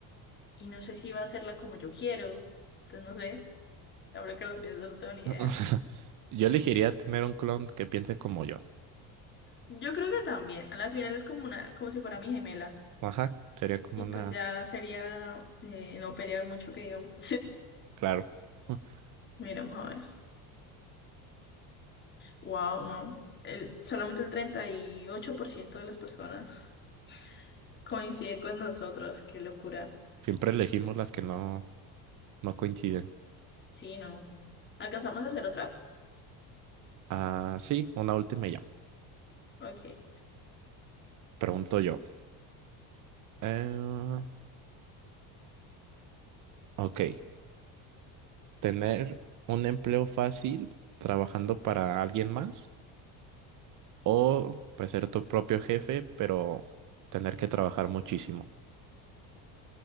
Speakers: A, on the left; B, on the right.
A: y no sé si va a hacerla como yo quiero, entonces no sé. Ahora que lo pienso, no tengo ni
B: <laughs>
A: idea.
B: Yo elegiría tener un clon que piense como yo.
A: Yo creo que también. A la final es como una, como si fuera mi gemela.
B: Ajá, sería como
A: Y
B: una...
A: pues ya sería eh, no pelear mucho, que digamos.
B: Claro. <laughs>
A: <laughs> Miramos a ver. Wow, no. El- solamente el 38% de las personas <laughs> coincide con nosotros. Qué locura.
B: Siempre elegimos las que no, no coinciden.
A: Sí, no. ¿Alcanzamos a hacer otra?
B: Ah, sí, una última y ya.
A: Ok.
B: Pregunto yo. Eh, ok. tener un empleo fácil trabajando para alguien más o pues ser tu propio jefe, pero tener que trabajar muchísimo.